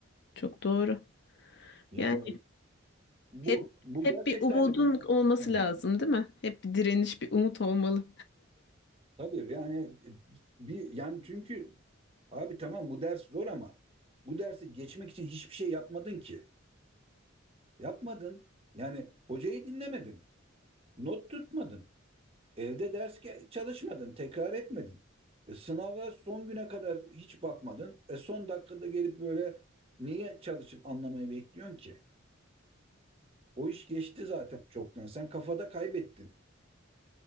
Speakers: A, on the left; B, on the right.
A: Çok doğru.
B: Yani
A: Yani
B: bu
A: hep
B: bu
A: hep
B: gerçekten
A: bir umudun
B: yani,
A: olması
B: evet.
A: lazım, değil mi? Hep bir direniş, bir umut olmalı.
B: tabii yani e, bir yani çünkü abi tamam bu ders zor ama bu dersi geçmek için hiçbir şey yapmadın ki. Yapmadın. Yani hocayı dinlemedin. Not tutmadın. Evde ders ge- çalışmadın. Tekrar etmedin. E, sınava son güne kadar hiç bakmadın. E, son dakikada gelip böyle niye çalışıp anlamayı bekliyorsun ki? O iş geçti zaten çoktan. Sen kafada kaybettin.